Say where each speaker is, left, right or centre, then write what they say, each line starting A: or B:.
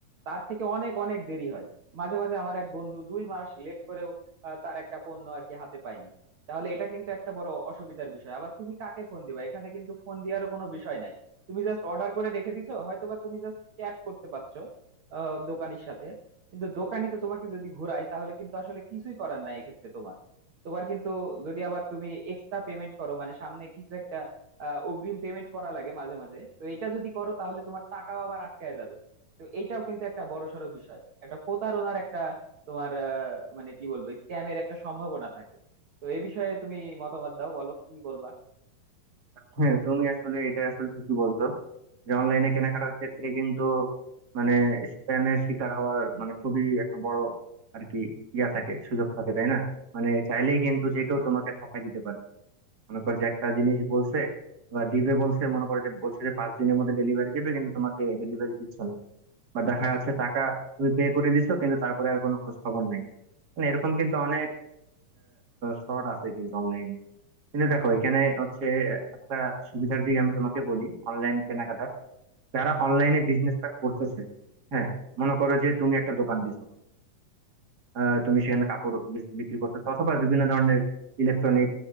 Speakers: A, on the right; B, on the right.
A: তার থেকে অনেক অনেক দেরি হয় মাঝে মাঝে আমার এক বন্ধু দুই মাস লেট করেও আহ, তার একটা পণ্য আর কি হাতে পায়নি তাহলে এটা কিন্তু একটা বড় অসুবিধার বিষয় আবার তুমি কাকে ফোন দিবা এখানে কিন্তু ফোন দেওয়ারও কোনো বিষয় নাই তুমি জাস্ট অর্ডার করে রেখে দিছো হয়তোবা তুমি জাস্ট চ্যাট করতে পারছো আহ, দোকানির সাথে কিন্তু দোকানি তো তোমাকে যদি ঘোরায় তাহলে কিন্তু আসলে কিছুই করার নাই এক্ষেত্রে তোমার তোমার কিন্তু যদি আবার তুমি এক্সট্রা পেমেন্ট করো মানে সামনে কিছু একটা আহ, অগ্রিম পেমেন্ট করা লাগে মাঝে মাঝে তো এটা যদি করো তাহলে তোমার টাকাও আবার আটকায় যাবে তো এটাও কিন্তু একটা বড়সড় বিষয় একটা প্রতারণার একটা তোমার আহ, মানে কি বলবো স্ক্যামের একটা সম্ভাবনা থাকে তো এই বিষয়ে তুমি মতামত দাও বলো কি বলবা
B: হ্যাঁ তুমি আসলে এটা আসলে ঠিকই বলছো যে অনলাইনে কেনাকাটার ক্ষেত্রে কিন্তু মানে স্প্যামের শিকার হওয়ার মানে খুবই একটা বড় আর কি ইয়া থাকে সুযোগ থাকে তাই না মানে চাইলেই কিন্তু যে কেউ তোমাকে ঠকাই দিতে পারে মনে করো যে একটা জিনিস বলছে বা দিবে বলছে মনে করো যে বলছে যে পাঁচ দিনের মধ্যে ডেলিভারি দিবে কিন্তু তোমাকে ডেলিভারি দিচ্ছে না বা দেখা যাচ্ছে টাকা তুমি পে করে দিছো কিন্তু তারপরে আর কোনো খোঁজ খবর নাই মানে এরকম কিন্তু অনেক ফ্রড আছে কিন্তু অনলাইনে কিন্তু দেখো এখানে হচ্ছে একটা সুবিধার দিক আমি তোমাকে বলি অনলাইন কেনাকাটা যারা অনলাইনে বিজনেসটা করতেছে হ্যাঁ মনে করো যে তুমি একটা দোকান দিছো আহ, তুমি সেখানে কাপড় বিক- বিক্রি করতেছো অথবা বিভিন্ন ধরনের ইলেকট্রনিক